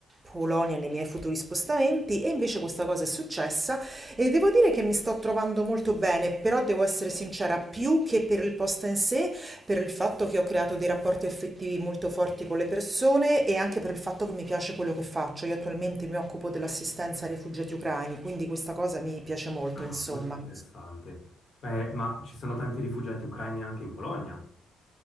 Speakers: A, on the right (about 20°); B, on the left (about 50°).
A: Polonia nei miei futuri spostamenti e invece questa cosa è successa e devo dire che mi sto trovando molto bene, però devo essere sincera, più che per il posto in sé. Per il fatto che ho creato dei rapporti affettivi molto forti con le persone e anche per il fatto che mi piace quello che faccio. Io attualmente mi occupo dell'assistenza ai rifugiati ucraini, quindi questa cosa mi piace molto,
B: Ah,
A: insomma.
B: molto interessante. Eh, ma ci sono tanti rifugiati ucraini anche in Polonia?